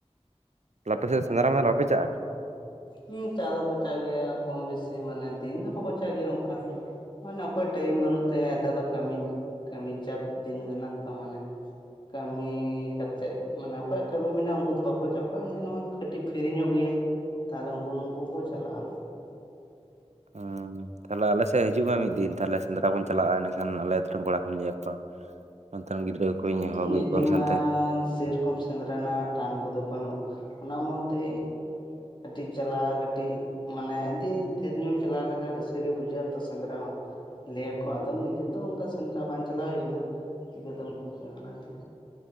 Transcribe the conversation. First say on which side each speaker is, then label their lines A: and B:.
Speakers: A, on the right (about 75°); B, on the left (about 40°).
A: ᱟᱯᱮ ᱥᱮᱫ ᱥᱮᱸᱫᱽᱨᱟ ᱢᱮᱞ ᱵᱟᱯᱮ ᱪᱟᱜᱼᱟ᱾
B: ᱦᱩᱸ ᱪᱟ ᱫᱚᱠᱚ ᱪᱟᱜ ᱜᱮᱭᱟ ᱠᱚᱢ ᱵᱮᱥᱤ ᱢᱟᱱᱮ ᱫᱤᱱ ᱫᱚ ᱵᱟᱠᱚ ᱪᱟᱜ ᱜᱮᱭᱟ ᱚᱝᱠᱟ᱾ ᱢᱟᱱᱮ ᱚᱠᱚᱭ ᱴᱟᱭᱤᱢ ᱵᱟᱹᱱᱩᱜ ᱛᱟᱭᱟ, ᱱᱮᱛᱟᱨ ᱫᱚ ᱠᱟᱹᱢᱤ ᱠᱟᱹᱢᱤ ᱪᱟᱯ᱾ ᱫᱤᱱ ᱠᱟᱱᱟ ᱛᱚ ᱢᱟᱱᱮ ᱠᱟᱹᱢᱤ ᱠᱟᱛᱮᱜ ᱢᱟᱱᱮ ᱚᱠᱚᱭᱟᱜ ᱠᱟᱹᱢᱤ ᱢᱮᱱᱟᱜᱼᱟ ᱩᱝᱠᱩ ᱫᱚ ᱵᱟᱠᱚ ᱪᱟ ᱠᱚᱣᱟ ᱱᱚᱜᱼᱚᱭ ᱠᱟᱹᱴᱤᱡ ᱯᱷᱤᱨᱤ ᱧᱚᱜ ᱜᱮᱭᱟᱭ ᱛᱟᱦᱞᱮ ᱩᱝᱠᱩ ᱱᱩᱝᱠᱩ ᱠᱚ ᱪᱟᱞᱟᱜᱼᱟ᱾
A: ᱦᱚᱸᱻ ᱛᱟᱦᱞᱮ ᱟᱞᱮ ᱥᱮᱜ ᱦᱤᱡᱩᱜ ᱢᱮ ᱢᱤᱫ ᱫᱤᱱ ᱛᱟᱦᱞᱮ ᱥᱮᱸᱫᱽᱨᱟ ᱠᱚᱱ ᱪᱟᱞᱟᱜᱼᱟ ᱮᱸᱱᱟᱹᱠᱷᱟᱱ ᱟᱞᱮ ᱟᱹᱛᱩ ᱨᱮᱱ ᱠᱚᱲᱟ ᱠᱚᱧ ᱞᱟᱹᱭ ᱟᱠᱚᱣᱟ᱾ ᱚᱱᱛᱮᱱ ᱜᱤᱫᱽᱨᱟᱹ ᱠᱚᱧ
B: ᱩᱸ
A: ᱦᱚᱦᱚ ᱟᱹᱜᱩᱭᱮᱫ
B: ᱱᱤᱡᱮ
A: ᱠᱚᱣᱟ ᱢᱤᱫ ᱥᱟᱶᱛᱮ
B: ᱢᱟ ᱥᱮ ᱠᱚᱢ ᱥᱮᱸᱫᱽᱨᱟ ᱱᱟᱜ ᱴᱟᱱ ᱠᱚᱫᱚ ᱵᱟᱹᱱᱩᱜ, ᱚᱱᱟ ᱢᱚᱫᱽᱫᱷᱮ ᱠᱟᱹᱴᱤᱡ ᱪᱟᱞᱟᱜᱼᱟ ᱠᱟᱹᱴᱤᱡ ᱢᱟᱱᱮ ᱫᱤ ᱰᱷᱮᱨ ᱧᱚᱜ ᱮᱢ ᱪᱟᱞᱟᱣ ᱞᱮᱱ ᱠᱷᱟᱱ ᱨᱟᱹᱥᱠᱟᱹ ᱜᱮ ᱵᱩᱡᱷᱟᱹᱜᱼᱟ ᱛᱚ ᱥᱮᱸᱫᱽᱨᱟ ᱦᱚᱸ᱾ ᱞᱟᱹᱭᱟ ᱠᱚ ᱟᱫᱚ ᱱᱤᱡᱮ ᱛᱚ ᱚᱝᱠᱟ ᱥᱮᱸᱫᱽᱨᱟ ᱵᱟᱝ ᱪᱟᱞᱟᱣ ᱦᱩᱭ ᱟᱠᱟᱱᱟ ᱪᱤᱠᱟᱹᱛᱮᱢ ᱵᱩᱡᱟ ᱚᱱᱟ ᱦᱩᱭᱩᱜᱼᱟ᱾